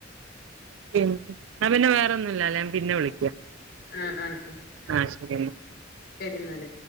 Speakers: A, on the right; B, on the left.
A: പി ഞാൻ പിന്നെ വേറെ ഒന്നുംല്ലല്ല ഞാൻ പിന്നെ വിളിക്കാം
B: ഉം ഉം
A: ആ ശരിയെന്ന
B: എന്നാല്